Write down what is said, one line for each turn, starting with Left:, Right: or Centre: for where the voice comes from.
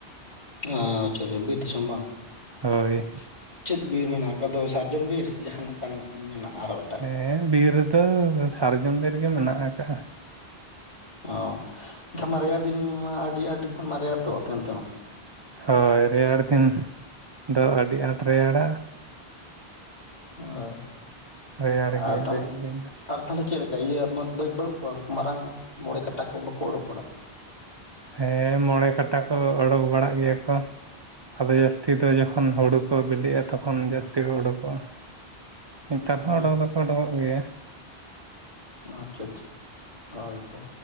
Left: ᱚ ᱟᱪᱪᱷᱟ, ᱟᱪᱪᱷᱟ ᱵᱤᱨ ᱫᱤᱥᱚᱢ ᱵᱟᱝ ᱾
Right: ᱦᱳᱭ᱾
Left: ᱪᱮᱫ ᱵᱤᱨ ᱢᱮᱱᱟᱜ ᱚᱱᱠᱟ ᱫᱚ ᱥᱟᱨᱡᱚᱢ ᱵᱤᱨ ᱥᱮ ᱡᱟᱦᱟᱱᱟᱜ ᱚᱱᱠᱟᱱ ᱢᱮᱱᱟᱜᱼᱟ ᱟᱨ
Right: ᱦᱮᱸ ᱵᱤᱨ ᱨᱮᱫᱚ ᱥᱟᱨᱡᱚᱢ ᱵᱤᱨ ᱜᱮ ᱢᱮᱱᱟᱜ ᱟᱠᱟᱜᱼᱟ ᱾
Left: ᱚ ᱮᱱᱠᱷᱟᱱ ᱢᱟ ᱨᱮᱭᱟᱲ ᱫᱤᱱ ᱢᱟ ᱟᱹᱰᱤ ᱟᱸᱴ ᱜᱮ ᱦᱟᱸᱜ ᱢᱟ ᱨᱮᱭᱟᱲ ᱫᱚ ᱟᱯᱮ ᱚᱱᱛᱮ ᱢᱟ ᱾
Right: ᱦᱳᱭ ᱨᱮᱭᱟᱲ ᱫᱤᱱ ᱫᱚ ᱟᱹᱰᱤ ᱟᱸᱴ ᱨᱮᱭᱟᱲᱟ ᱾
Left: ᱦᱳᱭ
Right: ᱨᱮᱭᱟᱲ
Left: ᱟᱨ
Right: ᱜᱮᱭᱟ
Left: ᱛᱟᱦᱚᱞᱮ
Right: ᱨᱮᱭᱟᱲ ᱫᱤᱱ ᱫᱚ
Left: ᱟᱨ ᱛᱟᱦᱚᱞᱮ ᱪᱮᱫ ᱞᱮᱠᱟ ᱤᱭᱟᱹ ᱵᱟᱹᱱᱩᱜ ᱠᱚᱣᱟ ᱩᱱᱠᱩ ᱢᱟᱨᱟᱝ ᱢᱚᱬᱮ ᱠᱟᱴᱟ ᱠᱚ ᱵᱟᱠᱚ ᱚᱰᱚᱠ ᱵᱟᱲᱟᱜ ᱾
Right: ᱦᱮᱸ ᱢᱚᱬᱮ ᱠᱟᱴᱟ ᱠᱚ ᱚᱰᱳᱠ ᱵᱟᱲᱟᱜ ᱜᱮᱭᱟ ᱠᱚ ᱾ ᱟᱫᱚ ᱡᱟᱹᱥᱛᱤ ᱫᱚ ᱡᱚᱠᱷᱚᱱ ᱦᱳᱲᱳ ᱠᱚ ᱵᱤᱞᱤᱜᱼᱟ, ᱛᱚᱠᱷᱚᱱ ᱡᱟᱹᱥᱛᱤ ᱦᱳᱰᱩ ᱠᱚᱚᱜᱼᱟ ᱾ ᱱᱮᱛᱟᱨ ᱦᱚᱸ
Left: ᱦᱮᱸ
Right: ᱩᱰᱚᱠ ᱫᱚᱠᱚ ᱩᱰᱩᱠᱚᱜ ᱜᱮᱭᱟ ᱾
Left: ᱟᱪᱪᱷᱟ, ᱟᱪᱪᱷᱟᱷᱟ ᱦᱳᱭ ᱛᱚ᱾